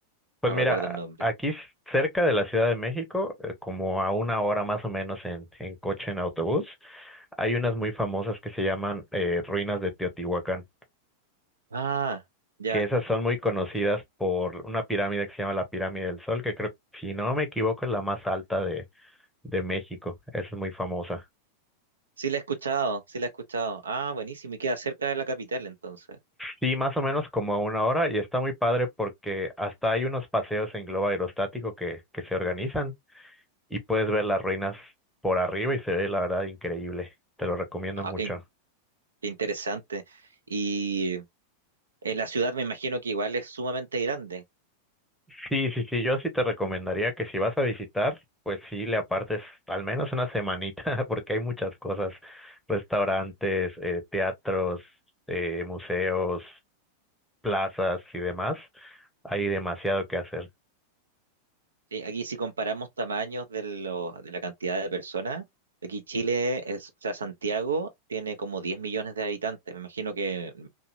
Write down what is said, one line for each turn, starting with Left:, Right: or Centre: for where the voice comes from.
Centre: Pues
Right: No
Centre: mira,
Right: recuerdo el nombre.
Centre: aquí s- cerca de la Ciudad de México, eh, como a una hora más o menos en, en coche, en autobús, hay unas muy famosas que se llaman eh, Ruinas de Teotihuacán.
Right: Ah, ya.
Centre: que esas son muy conocidas por una pirámide que se llama la Pirámide del Sol, que creo, si no me equivoco, es la más alta de, de México. Esa es muy famosa.
Right: Sí la he escuchado, sí la he escuchado. Ah, buenísimo. Y queda cerca de la capital entonces.
Centre: Sí, más o menos como a una hora y está muy padre porque hasta hay unos paseos en globo aerostático que, que se organizan y puedes ver las ruinas por arriba y se ve la verdad increíble. Te lo recomiendo
Right: Ah,
Centre: mucho.
Right: qué, in- qué interesante. Y En la ciudad me imagino que igual es sumamente grande.
Centre: Sí, sí, sí, yo sí te recomendaría que si vas a visitar, pues sí le apartes al menos una semanita, <laughs> porque hay muchas cosas, restaurantes, eh, teatros, eh, museos, plazas y demás, hay demasiado que hacer.
Right: Sí, Aquí si comparamos tamaños de, los- de la cantidad de personas, aquí Chile, es, o sea, Santiago tiene como 10 millones de habitantes. Me imagino que